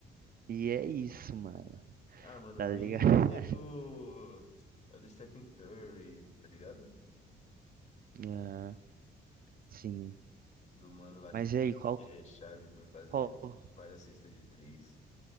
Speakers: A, on the right; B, on the left.
A: e é isso, mano,
B: Ah, mano,
A: tá
B: o Warriors
A: ligado? <laughs>
B: é do, é do Stephen Curry, tá ligado?
A: Ah, sim.
B: Do mano lá
A: Mas
B: que é,
A: e aí, qual.
B: que é chave por fazer
A: qual-
B: várias cestas de três.